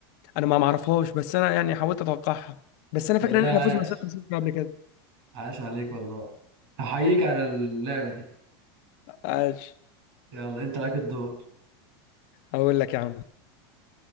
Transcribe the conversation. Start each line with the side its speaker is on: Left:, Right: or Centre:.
Left: أنا ما معرفهاش بس أنا يعني حاولت أتوقعها بس أنا
Right: والله
Left: فاكر إن إحنا
Right: عاش
Left: فزنا 6-0 قبل كده
Right: عاش عليك والله احييك على اللعبه دي
Left: ماشي
Right: يلا انت لك الدور
Left: هقول لك يا عم